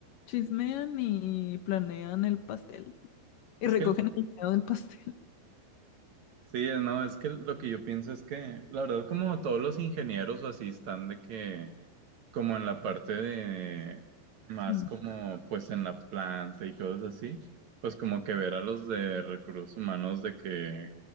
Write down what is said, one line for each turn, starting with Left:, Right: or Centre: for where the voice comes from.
Left: chismean y planean el pastel y
Right: Es
Left: recogen
Right: que,
Left: el dinero del pastel.
Right: Sí, no, es que lo que yo pienso es que, la verdad, como todos los ingenieros o así están de que, como en la parte de, más
Left: Sí.
Right: como pues en la planta y cosas así, pues como que ver a los de recursos humanos de que,